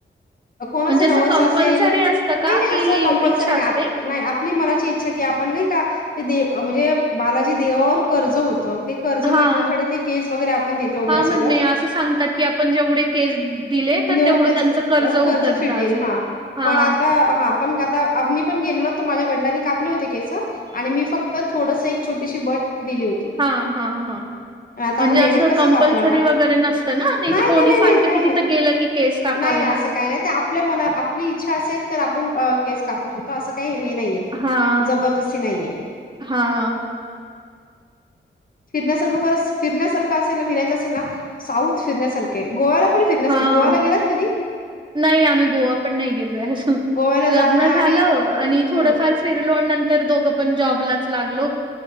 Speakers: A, on the left; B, on the right.
A: कोणाचं
B: म्हणजे असं
A: नवस
B: कंपल्सरी
A: असेल
B: असतं का
A: नाही नाही
B: की
A: असं कंपल्सरी
B: इच्छा
A: नाही
B: असते?
A: नाही आपली मनाची इच्छा की आपण नाही का ते दे म्हणजे बालाजी देवावर कर्ज होतं ते कर्ज
B: हां.
A: मिटवन्यासाठी ते केस वगैरे आपण देतो वगैरे
B: हां,
A: सगळं
B: म्हणणे असं सांगतात की आपण जेवढे केस दिले तर
A: देऊ
B: तेवढं
A: त्याच
B: त्यांचं उतरतं
A: कर्ज फिटेल
B: असं.
A: हा
B: हां,
A: पण आता हा पण आता आम्ही पण गेलो. माझ्या वडिलांनी कापले होते केस आणि मी फक्त थोडसं एक छोटीशी बट दिली होती
B: हा हा हा
A: आता
B: म्हणजे
A: आपण लेडीज
B: असं
A: कसं
B: कंपल्सरी
A: कापणार ना
B: वगैरे नसतं ना नाहीतर
A: नाही
B: कोणी
A: नाही नाही
B: सांगतं.
A: नाही नाही
B: की तिथं गेलं की केस कापावे
A: नाही नाही
B: लागतात.
A: असं काही नाही ते आपल्या मना आपली इच्छा असेल तर आपण अ केस कापू शकतो का असं काही नाही. नाहीये
B: हां,
A: जबरदस्ती नाहीये.
B: हां,
A: फिरण्यासारखं खरंच फिरण्यासारखं असेल ना फिरायचं असेल ना साऊथ फिरण्यासारखं हे गोव्याला पण फिरण्यासारखं,
B: हां.
A: गोव्याला गेलात कधी?
B: नाही आम्ही गोवा पण नाही गेलोय अजून
A: गोव्याला
B: लग्न
A: जाऊन या
B: झालं
A: आणि
B: आणि
A: हम्म
B: थोडंफार फिर लोन नंतर दोघं पण जॉबलाच लागलो